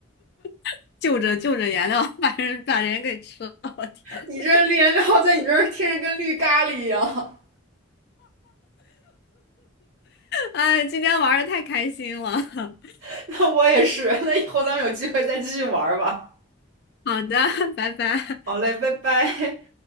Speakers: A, on the left (about 50°); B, on the right (about 70°).
A: <laughs> 就着就着颜料把人把人给吃了，我天呐，
B: 你这绿颜料在你这儿听着跟绿咖喱一样，
A: 哎，今天玩的太开心了。<laughs>
B: <laughs> 那我也是。那以后咱们有机会再继续玩儿吧。
A: 好的，拜拜。
B: 好嘞，拜拜。